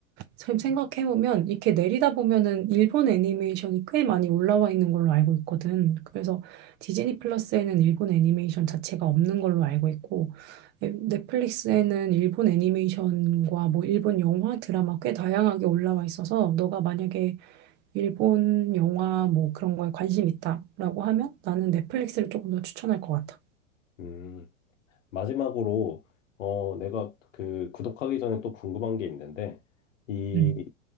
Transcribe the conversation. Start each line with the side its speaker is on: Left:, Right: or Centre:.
Right: 지금 생각해보면 이렇게 내리다 보면은 일본 애니메이션이 꽤 많이 올라와 있는 걸로 알고 있거든. 그래서 디즈니 플러스에는 일본 애니메이션 자체가 없는 걸로 알고 있고 넷- 넷플릭스에는 일본 애니메이션과 뭐 일본 영화, 드라마 꽤 다양하게 올라와 있어서 너가 만약에 일본 영화 뭐 그런 거에 관심 있다라고 하면 나는 넷플릭스를 조금 더 추천할 것 같아.
Left: 음. 마지막으로 어 내가 그 구독하기 전에 또 궁금한 게 있는데 이
Right: 음.